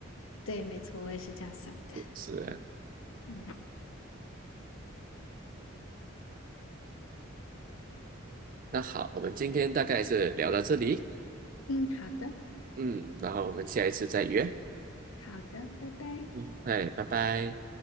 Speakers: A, on the left (about 85°); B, on the right (about 40°).
A: 对，没错，我也是这样想的。
B: 是啊，
A: 嗯
B: 那好，我们今天大概是聊到这里，
A: 嗯，好的。
B: 嗯，然后我们下一次再约，
A: 好的，拜拜。
B: 嗯，哎，拜拜。